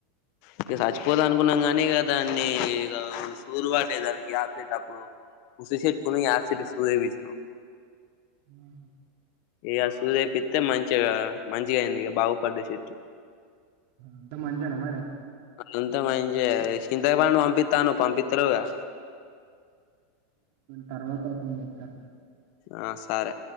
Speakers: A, on the left; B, on the right.
A: ఇక చచ్చిపోతాది అనుకున్నాం కాని, ఇక దాన్ని ఇక సూదులు పడ్డాయి దానికి యాప చెట్టప్పుడు చూపెట్టుకొని యాప చెట్టు కి సూది వేయించినా.
B: ఉ
A: ఇక సూది. ఏపిస్తే మంచిగా మంచిగా అయింది ఇక బాగుపడ్డాయి చెట్లు.
B: అంతా మంచిగేనా మేడం.
A: అంతా మంచే. చింతపండు పంపిస్తానుఅన్నావు పంపిస్తాలేదుగా.
B: తర్వాత ఓపెన్ చేస్తా
A: ఆ సరే